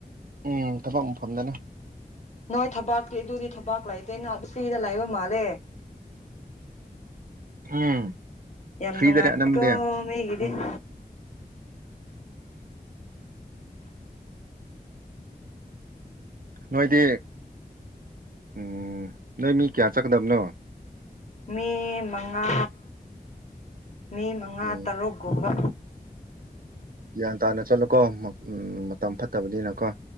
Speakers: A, on the right; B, on the left.
A: ꯎꯝ ꯊꯕꯛ ꯃꯐꯝꯗꯅꯦ
B: ꯅꯣꯏ ꯊꯕꯛꯇꯤ ꯑꯗꯨꯗꯤ ꯊꯕꯛ ꯂꯩꯇꯦꯅꯥ <unintelligible> ꯐꯔ꯭ꯤꯗ ꯂꯩꯕ ꯃꯥꯜꯂꯦ <inaudible>
A: ꯎꯝ
B: ꯌꯥꯝ
A: ꯐ꯭ꯔꯤꯗꯅꯦ
B: ꯅꯨꯡꯉꯥꯏ
A: ꯑꯅꯝꯕꯗꯤ
B: ꯀꯣ ꯃꯤꯒꯤꯗꯤ <inaudible>
A: ꯅꯣꯏꯗꯤ ꯎꯝ ꯅꯣꯏ ꯃꯤ ꯀꯌꯥ ꯆꯠꯀꯗꯕꯅꯣ
B: ꯃꯤ ꯃꯉꯥ ꯃꯤ ꯃꯉꯥ
A: ꯎꯝ
B: ꯇꯔꯨꯛꯒꯨꯝꯕ
A: ꯒ꯭ꯌꯥꯟ ꯇꯥꯅ ꯆꯠꯂꯣꯀꯣ ꯃ ꯎꯝ ꯃꯇꯝ ꯐꯠꯇꯕꯅꯤꯅꯀꯣ